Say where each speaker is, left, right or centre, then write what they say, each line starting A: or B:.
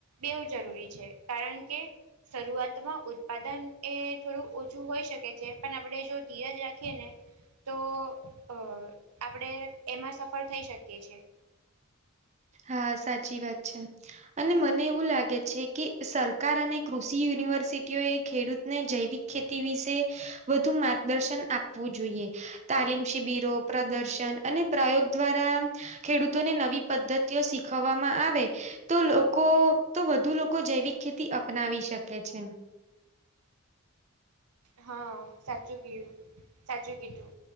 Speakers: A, on the right; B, on the right.
A: બેવ જરૂરી છે, કારણ કે શરૂઆતમાં ઉત્પાદન એ થોડું ઓછું હોઈ શકે છે, પણ આપણે જો ધીરજ રાખીએ ને તો અ આપણે એમાં સફળ થઈ શકીએ છે.
B: હા સાચી વાત છે. અને મને એવું લાગે છે, કે સરકાર અને કૃષિ યુનિવર્સિટીઓએ ખેડૂતને જૈવિક ખેતી વિશે વધુ માર્ગદર્શન આપવું જોઈએ. તાલીમ, શિબિરો, પ્રદર્શન અને પ્રયોગ દ્વારા ખેડૂતોને નવી પદ્વ તીઓ શીખવવામાં આવે તો લોકો તો વધુ લોકો જૈવિક ખેતી અપનાવી શકે છે.
A: હ સાચું કીયું સાચું કીધું